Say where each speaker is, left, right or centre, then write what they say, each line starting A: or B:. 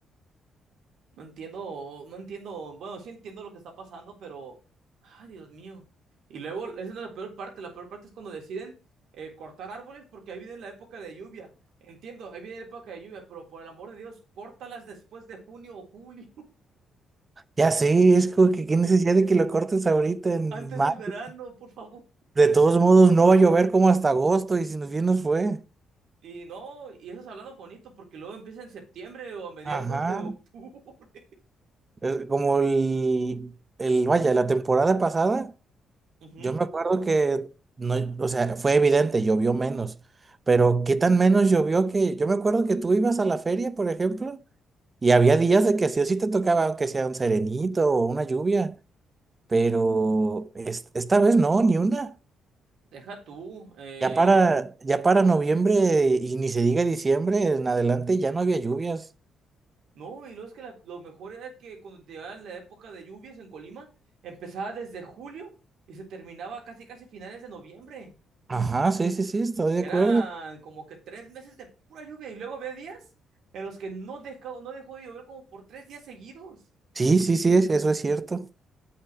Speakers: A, on the right (about 70°); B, on the right (about 30°).
A: No entiendo, no entiendo, bueno, sí entiendo lo que está pasando, pero, ah, Dios mío. Y luego, esa no es la peor parte, la peor parte es cuando deciden eh, cortar árboles porque ahí viene la época de lluvia. Entiendo, ahí viene la época de lluvia, pero por el amor de Dios, córtalas después de junio o julio.
B: Ya sí, es como que qué necesidad de que lo cortes ahorita en
A: antes
B: mayo.
A: del verano, por favor.
B: De todos modos, no va a llover como hasta agosto y si nos bien nos fue.
A: Y no, y eso es hablando bonito, porque luego empieza en septiembre o a mediados
B: Ajá.
A: de octubre.
B: Es como el, el, vaya, la temporada pasada,
A: <laughs> Ujú,
B: yo me acuerdo que no, o sea, fue evidente, llovió menos. Pero qué tan menos llovió que, yo me acuerdo que tú ibas a la feria, por ejemplo. Y había días de que sí o sí te tocaba, aunque sea un serenito o una lluvia, pero es- esta vez no, ni una.
A: Deja tú. eh,
B: Ya para, ya para noviembre y ni se diga diciembre, en adelante ya no había lluvias.
A: No, y luego es que la- lo mejor era que cuando llegaba la época de lluvias en Colima, empezaba desde julio y se terminaba casi casi finales de noviembre.
B: Ajá, sí, sí, sí, estoy de
A: Eran
B: acuerdo.
A: como que tres meses de pura lluvia y luego había días en los que no dejó, no dejó de llover como por tres días seguidos.
B: Sí, sí, sí, es- eso es cierto.